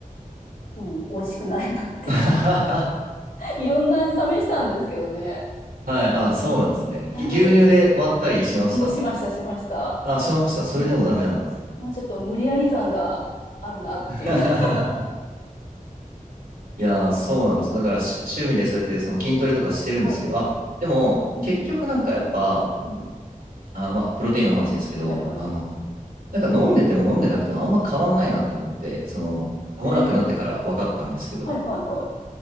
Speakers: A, on the left; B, on the right.
A: うん、美味しくないなって
B: <laughs> あはは
A: <laughs> いろんな味試したんですけどね。
B: はい。あ、
A: うん。
B: そうなんですね。
A: なんかちょっと、
B: ぎ牛乳で割ったりしました
A: もうしました、しました。
B: あ、しました。それでもダメなんだ。
A: うん。まあちょっと無理やり感があるなっていう。
B: <laughs> いやー、そうなんですよ。だからし趣味でそうやってその筋トレとかしてるんですけど、
A: <laughs> はい。
B: あ、でも結局なんかやっぱ、
A: うん。うん。
B: あ、まあ、プロテインの話ですけど、
A: はいはい。
B: あの、なんか飲んでても飲んでなくてもあんま変わんないなって思って、その、飲まなくなってから分かったんですけど、
A: あ、ええはいはいはい。